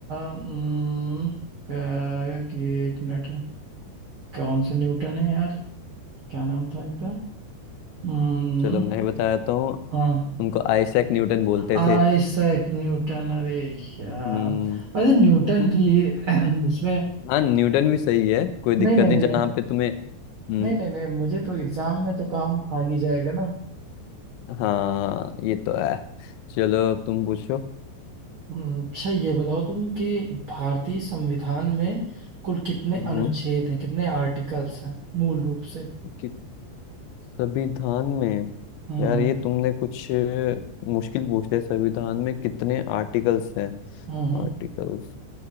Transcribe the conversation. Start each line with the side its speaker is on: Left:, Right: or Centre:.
Right: अम, आ, कि एक मिनट कौन से न्यूटन है यार क्या नाम था इनका हम्म
Left: चलो मैं बताता हूँ
Right: हाँ
Left: उनको आइजैक न्यूटन बोलते
Right: Isaac
Left: थे
Right: Newton अरे यार
Left: हम्म
Right: अरे न्यूटन
Left: <laughs>
Right: भी <clears throat> उसमें
Left: हाँ न्यूटन भी सही है कोई दिक्कत
Right: नहीं नहीं
Left: नहीं
Right: नहीं
Left: जहाँ
Right: नहीं
Left: पे तुम्हें हम्म
Right: नहीं नहीं नहीं मुझे तो एग्जाम में तो काम आ ही जाएगा ना
Left: हाँ ये तो है चलो अब तुम पूछो
Right: हम्म, अच्छा ये बताओ तुम कि भारतीय संविधान में कुल कितने
Left: हम्म
Right: अनुच्छेद हैं कितने आर्टिकल्स हैं मूल रूप से
Left: कि संविधान में
Right: हम्म
Left: यार ये तुमने कुछ मुश्किल पूछ लिया संविधान में कितने आर्टिकल्स हैं
Right: हम्म हम्म
Left: आर्टिकल्स